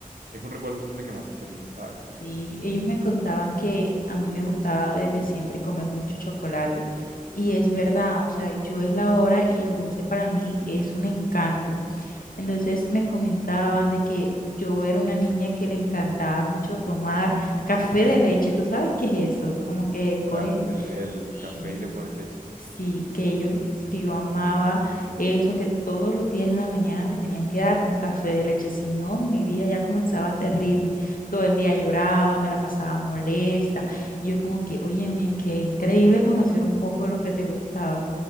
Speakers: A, on the right; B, on the left.
A: es un recuerdo simple que me hace feliz, ¿sabes?
B: Y ellos me contaban que a mí me gustaba desde siempre comer mucho chocolate. Y es verdad, o sea, yo es la hora y el dulce para mí es un encanto. Entonces me comentaban de que yo era una niña que le encantaba mucho tomar café de leche. ¿Tú sabes qué es eso? Como que cogen...
A: Claro, el, el
B: Sí.
A: café y le pones leche.
B: Sí, que ellos, que yo amaba eso, que todos los días en la mañana me tenían que dar un café de leche, si no, mi día ya comenzaba terrible, todo el día lloraba, me la pasaba molesta, y yo como que, óyeme, qué increíble conocer un poco de lo que te gustaba,